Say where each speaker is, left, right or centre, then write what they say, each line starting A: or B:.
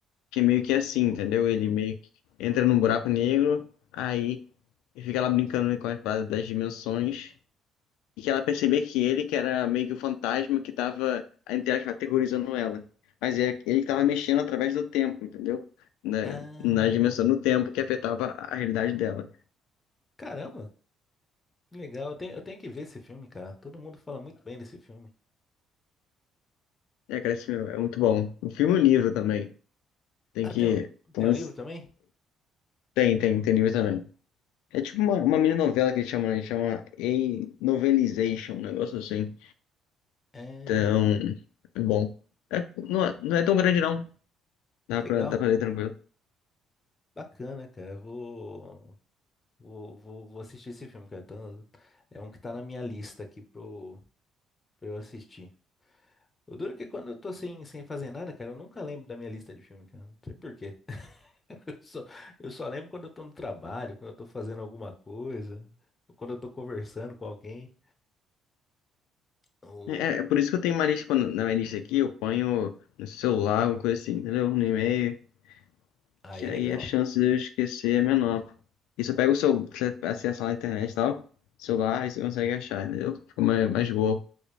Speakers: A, on the left (about 85°); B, on the left (about 20°).
A: que é meio que assim, entendeu? Ele meio que entra num buraco negro, aí ele fica lá brincando com as paradas das dimensões. E que ela percebia que ele, que era meio que o fantasma que tava, entre aspas, aterrorizando ela. Mas é, ele que tava mexendo através do tempo, entendeu? Na,
B: Ah,
A: na dimensão do tempo que afetava a realidade dela.
B: caramba! Legal, eu tenho, eu tenho que ver esse filme, cara. Todo mundo fala muito bem desse filme.
A: É, cara, esse filme é muito bom. O filme e o livro também. Tem
B: Ah,
A: que.
B: tem um, tem
A: mas-
B: um livro também?
A: Tem, tem, tem livro também. É tipo uma, uma mini novela que eles chamam, né? Eles chamam A Novelization, um negócio assim.
B: É...
A: Então, é bom. É, não, é, não é tão grande, não. Dá
B: Legal,
A: pra, dá pra ler tranquilo.
B: bacana, cara. Eu Vou, vou, vou, vou assistir esse filme, cara. Tá- é um que tá na minha lista aqui pro, pra eu assistir. O duro é que quando eu tô sem, sem fazer nada, cara, eu nunca lembro da minha lista de filme, cara. Não sei por quê. <laughs> Eu só, eu só lembro quando eu tô no trabalho, quando eu tô fazendo alguma coisa, ou quando eu tô conversando com alguém. O...
A: É, é por isso que eu tenho uma lista, quando, na minha lista aqui, eu ponho no celular, alguma coisa assim, entendeu? No e-mail,
B: Aí
A: que
B: é
A: aí
B: legal.
A: a chance de eu esquecer é menor. E se eu pego o seu, se você acessa lá na internet e tal, celular, aí você consegue achar, entendeu? Fica mais, mais boa,